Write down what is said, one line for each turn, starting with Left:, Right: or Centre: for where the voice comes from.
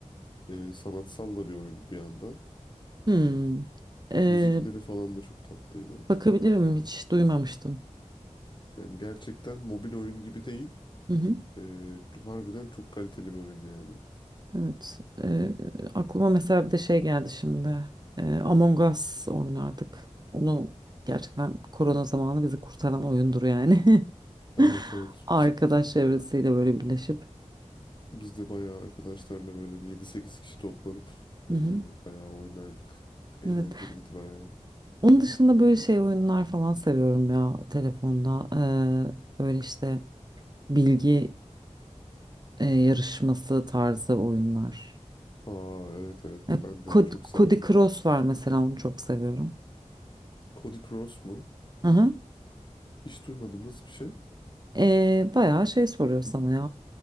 Left: E, sanatsal da bir oyun bir yandan.
Right: Hmm. Ee,
Left: Müzikleri falan da çok tatlıydı.
Right: bakabilirim hiç duymamıştım.
Left: Yani gerçekten mobil oyun gibi değil.
Right: Hı hı.
Left: E, harbiden çok kaliteli bir oyun yani.
Right: Evet. Ee, aklıma mesela bir de şey geldi şimdi. Ee, Among Us oynardık. Onu gerçekten korona zamanı bizi kurtaran oyundur yani. <laughs>
Left: Evet evet.
Right: Arkadaş
Left: Biz,
Right: çevresiyle böyle birleşip.
Left: biz de bayağı arkadaşlarla böyle bir yedi sekiz kişi toplanıp
Right: Hı
Left: e,
Right: hı.
Left: bayağı oynardık. Eğlenceliydi
Right: Evet.
Left: bayağı.
Right: Onun dışında böyle şey oyunlar falan seviyorum ya telefonda. Ee, böyle işte bilgi e, yarışması tarzı oyunlar.
Left: Aa evet evet
Right: Ya,
Left: ben de
Right: Cod-
Left: çok severim.
Right: Cody Cross var mesela onu çok seviyorum.
Left: Cody Cross mu?
Right: Hı hı.
Left: Hiç duymadım nasıl bir şey?
Right: Ee, bayağı şey soruyor sana ya